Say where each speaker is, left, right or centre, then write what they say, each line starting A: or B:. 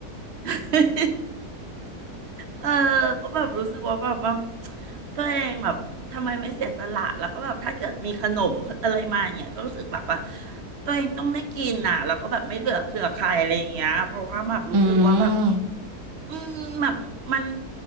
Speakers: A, on the right; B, on the right.
A: <laughs> เออ ก็แบบรู้สึกว่าแบบว่าตัวเองแบบทำไมไม่เสียสละแล้วก็แบบถ้าเกิดมีขนมอะไรมาอย่างเงี้ยก็รู้สึกแบบว่าตัวเองต้องได้กินน่ะแล้วก็แบบไม่เหลือเผื่อใครอะไรอย่างเงี้ยเพราะว่าแบบรู้สึกว่าแบบ
B: อืม
A: อืมแบบมัน